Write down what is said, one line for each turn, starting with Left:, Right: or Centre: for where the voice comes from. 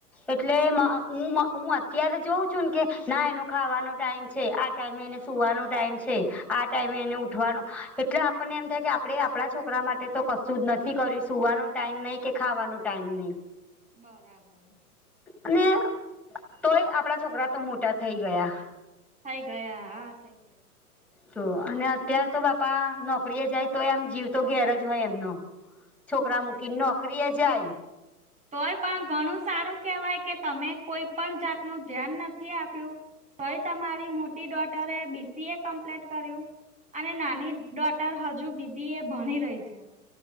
Centre: એટલે
Right: બરાબર
Centre: મેં હું મ હું ત્યારે જોઉં છું ને કે ના એનો ખાવાનો ટાઈમ છે આ ટાઈમે એને સુવાનો ટાઈમ છે આ ટાઈમે એને ઉઠવાનું એટલે આપણને એમ થાય કે આપણે આપણા છોકરા માટે તો કશું જ નથી કર્યું સુવાનું ટાઈમ નઈ કે ખાવાનું ટાઈમ નઈ.
Right: બરાબર
Centre: અને તોય આપડા છોકરા તો મોટા થઈ ગયા.
Right: થઈ ગયા હા થઈ ગયા
Centre: તો અને અત્યાર તો બાપા નોકરીએ જાય તોએ એમ જીવ તો ઘેર જ હોય એમનો. છોકરા મૂકીને નોકરી એ જાય
Right: <inaudible> તોયે પણ ઘણું સારું કેહેવાય કે તમે કોઈ પણ જાત નું ધ્યાન નથી આપ્યું. તોયે તમારી મોટી ડોટરે બીસીએ કમ્પ્લીટ કર્યું? અને નાની ડોટર હજુ બીબીએ ભણી રહી છે.